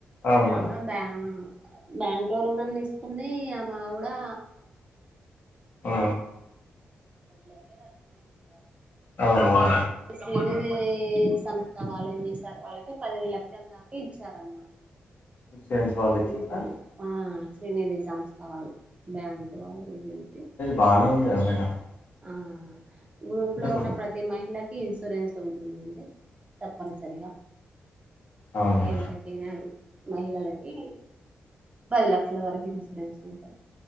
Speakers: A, on the left (about 60°); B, on the right (about 35°).
A: అవునా
B: ఆమె బ్యా బ్యాంకులో ఋణం తీసుకున్ది ఆ మా కూడా
A: ఆ
B: ధరణి కడతనే ఉండాలే <unintelligible>
A: అవునా
B: శ్రీ నిధి సంస్థ వాళ్ళేం చేశారు వాళ్ళకి పది లక్షల దా దాక ఇచ్చారన్నమాట
A: ఇన్సూరెన్స్
B: అంతే
A: వాళ్ళు ఇచ్చిండ్రా
B: ఇన్సూరెన్స్ ఆ శ్రీనిధి సంస్థ వాళ్ళు బ్యాంకు వాళ్ళు వీళ్ళు కలిపి
A: బానే ఉంది కదా మేడమ్
B: ఆ గ్రూప్లో
A: ఇప్పుడు-
B: ఉన్న ప్రతి మహిళకి ఇన్సూరెన్స్ ఉంటుందండి తప్పనిసరిగ
A: అవునా
B: ఎవరకి ఎం కాదు మహిళలకి పది లక్షల వరకు ఇన్సూరెన్స్ ఉంటది